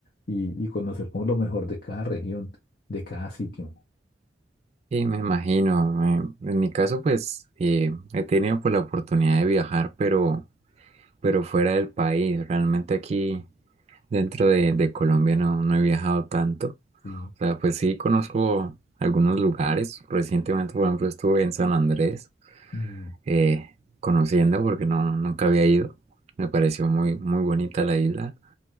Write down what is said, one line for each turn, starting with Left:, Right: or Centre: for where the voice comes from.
Left: y, y conocer como lo mejor de cada región, de cada sitio.
Right: Sí, me imagino. eh, En mi caso, pues eh, he tenido pues, la oportunidad de viajar, pero pero fuera del país. Realmente aquí dentro de, de Colombia no, no he viajado tanto.
Left: Sí.
Right: O sea, pues sí conozco algunos lugares. Recientemente, por ejemplo, estuve en San Andrés
Left: Mm,
Right: eh, conociendo porque no, nunca había ido. Me pareció muy, muy bonita la isla.